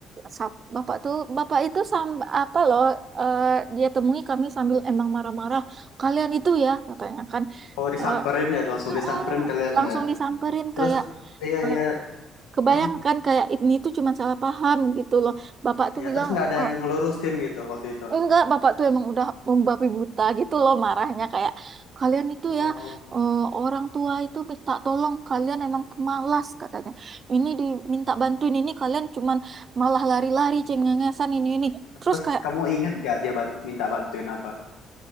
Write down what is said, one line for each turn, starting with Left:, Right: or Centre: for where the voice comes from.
Right: sa- bapak tuh bapak itu sam apa loh eh, dia temui kami sambil emang marah-marah kalian itu ya katanya kan
Left: Oh, disamperin
Right: Eh,
Left: ya, langsung
Right: "Mm-mm,"
Left: disamperin kalian
Right: langsung
Left: ya.
Right: disamperin
Left: Terus
Right: kayak
Left: iya
Right: eh,
Left: iya
Right: kebayangkan
Left: oh
Right: kayak ini tuh cuma salah paham gitu loh bapak tuh
Left: ya
Right: bilang
Left: terus nggak ada
Right: "Eh,
Left: yang ngelurusin gitu waktu itu.
Right: Enggak, bapak tuh emang udah membabi buta gitu loh marahnya kayak kalian itu
Left: Oh.
Right: ya eh, orang tua itu minta tolong kalian emang pemalas katanya. Ini diminta bantuin ini kalian cuman malah lari-lari cengengesan ini ini. Terus
Left: Terus
Right: kayak
Left: kamu ingat nggak dia ban- minta bantuin apa?